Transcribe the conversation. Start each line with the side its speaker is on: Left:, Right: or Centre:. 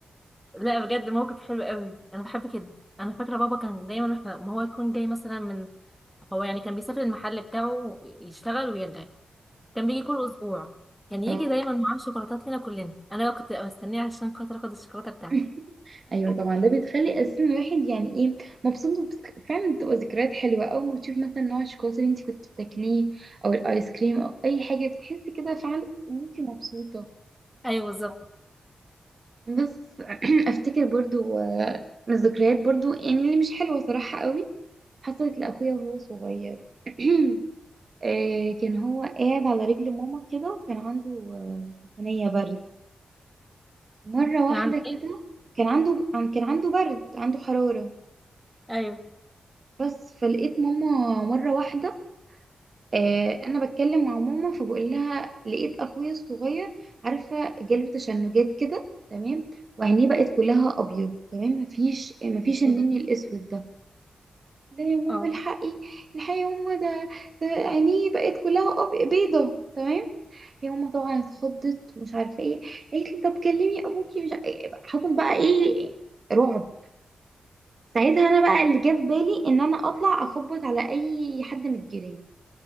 Centre: لا بجد موقف حلو قوي انا بحب كده انا فاكره بابا كان دايما احنا ما هو يكون جاي مثلا من هو يعني كان بيسافر المحل بتاعه يشتغل ويرجع كان بيجي كل اسبوع كان يجي
Right: اه
Centre: دايما معاه شوكولاتات لنا كلنا انا بقى كنت ببقى مستنيه عشان خاطر اخد الشوكولاته بتاعتي
Right: <laughs> ايوه
Centre: <laughs>
Right: طبعا ده بتخلي اساسا الواحد يعني ايه مبسوط وبت- فعلا بتبقى ذكريات حلوه اول ما تشوف مثلا نوع الشوكولاته اللي انت كنت بتاكليه او الايس كريم او اي حاجه بتحسي كده فعلا ان انت مبسوطه
Centre: ايوه بالظبط
Right: بس <clears throat> افتكر برضو آه، من الذكريات برضو يعني اللي مش حلوه صراحه قوي حصلت لاخويا وهو صغير <clears throat> آه، كان هو قاعد على رجل ماما كده وكان عنده آه، سخونيه برد مره واحده
Centre: كان عندي ايه
Right: كده كان عنده كان عنده برد عنده حراره
Centre: ايوه
Right: بس فلقيت ماما مرة واحدة آه أنا بتكلم مع ماما فبقول لها لقيت أخويا الصغير عارفة جاله تشنجات كده تمام وعينيه بقت كلها أبيض تمام مفيش مفيش النني
Centre: ايه ده
Right: الأسود ده لا يا ماما
Centre: اه
Right: الحقي الحقي يا ماما ده ده عينيه بقت كلها أب- بيضة تمام هي ماما طبعا اتخضت ومش عارفة ايه قالت لي طب كلمي أبوكي مش ع- حصل بقى ايه رعب ساعتها انا بقى اللي جه في بالي ان انا اطلع اخبط على اي حد من الجيران